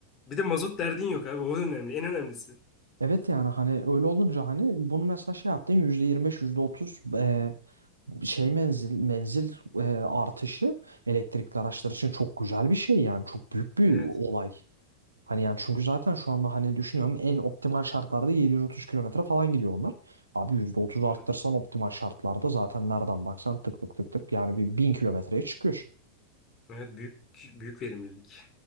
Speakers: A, on the left (about 30°); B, on the right (about 75°).
A: Bir de mazot derdin yok abi. O da önemli. En önemlisi.
B: Evet yani hani öyle olunca hani bunu mesela şey yaptın %25 %30 eee, şey menzil menzil eee, artışı elektrikli araçlar için çok güzel bir şey yani çok büyük bir
A: Evet.
B: olay. Hani yani çünkü zaten şu anda hani düşünüyorum en optimal şartlarda 730 kilometre falan gidiyor bunlar. Abi %30 arttırsan
A: Evet.
B: optimal şartlarda zaten nereden baksan tık tık tık tık yani bir 1000 kilometreye çıkıyor.
A: Evet büyük büyük verimlilik.